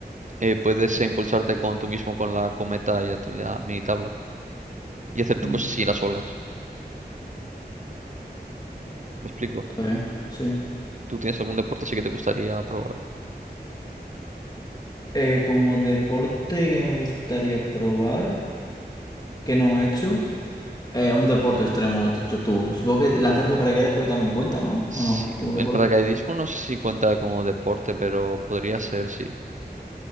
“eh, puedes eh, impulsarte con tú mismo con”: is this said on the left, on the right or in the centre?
Right